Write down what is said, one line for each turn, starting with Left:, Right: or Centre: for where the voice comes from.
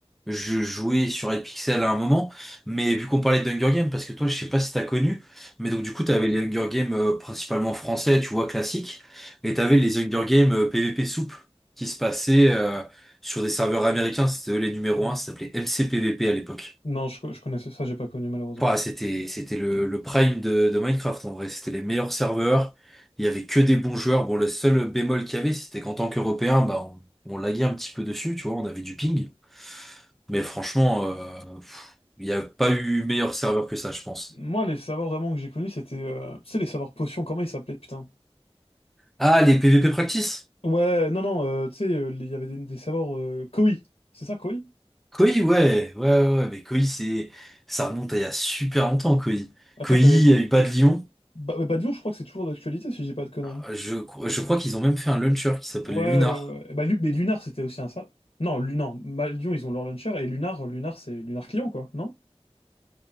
Centre: je jouais sur Red Pixel à un moment, mais vu qu'on parlait d'Hunger Games, parce que toi je sais pas si t'as connu, mais donc du coup t'avais les Hunger Games euh, principalement français, tu vois, classiques, et t'avais les Hunger Games euh, PVP soupe qui se passaient euh, sur des serveurs américains, c'était eux les numéros un. ça s'appelait MCPVP à l'époque.
Left: Non, je, co- je connaissais ça, j'ai pas connu malheureusement.
Centre: Ouah, c'était c'était le, le prime de, de Minecraft en vrai. C'était les meilleurs serveurs. Il y avait que des bons joueurs. Bon, le seul bémol qu'il y avait, c'était qu'en tant qu'Européen, bah, on, on laguait un petit peu dessus, tu vois, on avait du ping. Mais franchement, euh, pff, il n'y a pas eu meilleur serveur que ça, je pense.
Left: Moi les serveurs vraiment que j'ai connus c'était euh, tu sais les serveurs potions, comment ils s'appelaient putain?
Centre: Ah, les PvP Practice?
Left: Ouais, non non, euh, tu sais euh, il y avait des, des serveurs euh, Koi, c'est ça Koi?
Centre: Koi, ouais, ouais, ouais, ouais, mais Koi, c'est, ça remonte à il y a super longtemps, Koi.
Left: Après
Centre: Koi,
Left: t'avais
Centre: il y a eu Bas de Lyon.
Left: Ba- ouais, Badiou, je crois que c'est toujours d'actualité si je dis pas de conneries.
Centre: Ah, Je, je crois qu'ils ont même fait un launcher qui s'appelle
Left: Ouais,
Centre: Lunar.
Left: ouais, ouais. Et Bah, Lu- mais Lunar, c'était aussi un sap. Non, Lu- non, Badiou, ils ont leur launcher et Lunar, Lunar, c'est Lunar client, quoi, non?